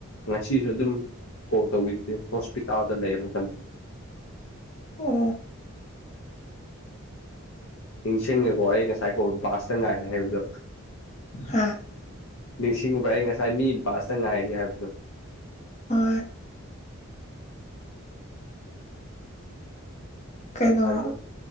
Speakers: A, on the left (about 65°); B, on the left (about 30°).
A: ꯉꯁꯤꯁꯨ ꯑꯗꯨꯝ ꯀꯣ ꯇꯧꯗꯤ ꯍꯣꯁꯄꯤꯇꯥꯜꯗ ꯂꯩ ꯊ
B: ꯑꯣ
A: ꯅꯤꯡꯁꯤꯡꯉꯦꯀꯣ ꯑꯩ ꯉꯁꯥꯏꯀꯣ ꯕꯥꯁꯇ ꯉꯥꯏꯔꯦ ꯍꯥꯏꯕꯗꯣ
B: ꯍꯥ
A: ꯅꯤꯡꯁꯤꯡꯉꯨꯕ꯭ꯔꯥ ꯑꯩ ꯉꯁꯥꯏ ꯃꯤ ꯕꯥꯁꯇ ꯉꯥꯏꯔꯤ ꯍꯥꯏꯕꯗꯣ
B: ꯍ ꯀꯩꯅꯔꯣ
A: ꯑꯗꯣ